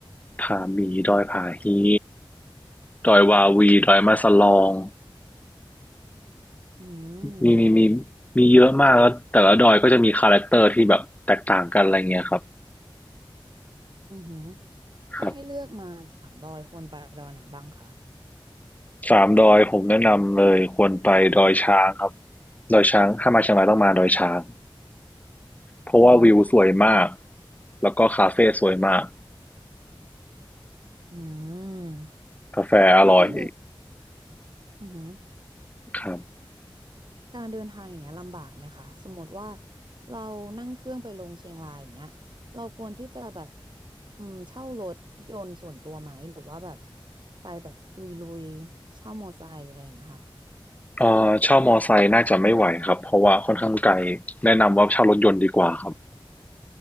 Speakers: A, on the left; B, on the right.
A: ผาหมีดอยผาฮีดอยวาวีดอยมาสลอง
B: อืม
A: มีมีมีมีเยอะมากแล้วแต่ละดอยก็จะมีคาแรคเตอร์ที่แบบแตกต่างกันอะไรเงี้ยครับ
B: อือหือถ้าให้เลือกมาสามดอยควรไปดอยไหนบ้างคะ
A: ครับสามดอยผมแนะนำเลยควรไปดอยช้างครับดอยช้างถ้ามาเชียงรายต้องมาดอยช้างเพราะว่าวิวสวยมาก
B: อือหือ
A: แล้วก็คาเฟ่สวยมาก
B: อืม
A: กาแฟอร่อย
B: แล้วการเดินอือหือ
A: ครับ
B: การเดินทางอย่างเงี้ยลำบากไหมคะสมมติว่าเรานั่งเครื่องไปลงเชียงรายอย่างเงี้ยเราควรที่จะแบบอืมเช่ารถยนต์ส่วนตัวไหมหรือว่าแบบไปแบบลุยๆเช่ามอไซค์อะไรอย่างเงี้ยค่ะ
A: เอ่อเช่ามอไซค์น่าจะไม่ไหวครับเพราะว่าค่อนข้างไกลแนะนำว่าเช่ารถยนต์ดีกว่าครับ